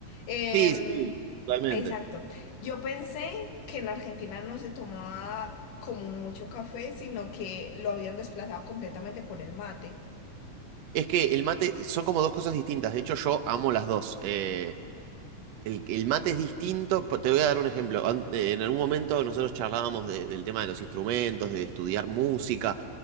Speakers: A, on the left; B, on the right.
A: Em,
B: Sí, sí, totalmente.
A: exacto. Yo pensé que en Argentina no se tomaba como mucho café, sino que lo habían desplazado completamente por el mate.
B: Es que el mate son como dos cosas distintas. De hecho, yo amo las dos. Eh, el, el mate es distinto. po- Te voy a dar un ejemplo. An- eh, En algún momento nosotros charlábamos de- del tema de los instrumentos, de estudiar música.